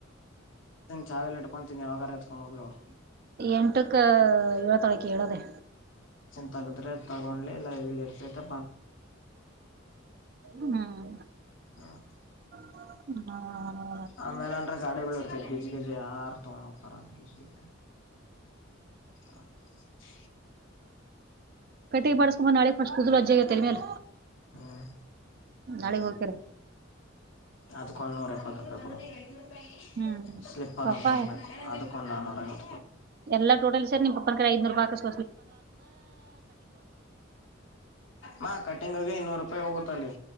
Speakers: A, on the left; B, on the right.
A: ಚೆಲ್ ಇಟ್ಕೊಂತನಿ ಯಾವಾಗರ ಹತ್ಕೊಂಡ ಹೋಗ್ ಅವ್
B: ಎಂಟಕ್ಕ ಏಳ ತಾಳಕೀ ಏಳದೆೇ
A: ತಗೊಂಡ್ರೆ ತಗೋಳಿ ಇಲ್ಲಿ ಇಡುತ್ತಾ
B: ಹ್ಮ್
A: <unintelligible> <inaudible>
B: ಹಾ
A: ಆಮೇಲೆ ಅಂದ್ರೆ ಗಾಡಿಗಳು ಇರ್ತದೆ ಗಿಜ್ಜಿ ಗಿಜ್ಜಿ ಯಾರ್ ತಗೋ <unintelligible>
B: ಕಟ್ಟಿಗ ಮಾಡಿಸ್ಕೊಂಡ್ ಬಾ ನಾಳೆ ಫಸ್ಟ್ ಕೂದಲು ವಜ್ಜಿಆಗ್ಯಾವ ತೆಲಿಮ್ಯಾಲ
A: ಹ್ಮ್
B: ನಾಳಿಗ್ ಹೋಗಕರೇ
A: ಅದ್ಕೊಂದು ನೂರ ಎಪ್ಪತ್ತು ರೂಪಾಯಿ ಕೊಡ
B: ಹ್ಮ್
A: ಸ್ಲಿಪ್ಪರ್
B: ಪಪ್ಪಾ
A: ಒಂದ ತಗೋಡೆನೆ ಅದಕೊಂದ ನಾನೂರಾಐವತ್
B: ಎಲ್ಲಾ ಟೋಟಲ್ ಸೆರಿ ನಿಮ್ಮ ಪಪ್ಪನ ಕಡೆ ಐನೂರು ಹಾಕುಸಕೊ
A: ಮಾ ಕಟ್ಟಿಂಗ್ ಇ ನೂರು ರೂಪಾಯಿ ಹೋಗುತ್ತ ಅಲ್ಲಿ